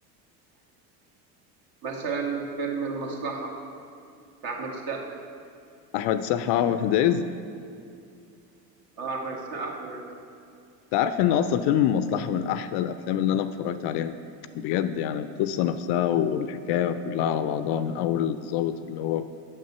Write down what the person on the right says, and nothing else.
مثلا فيلم المصلحة بتاع احمد السقا
اه احمد السقا احمد السقا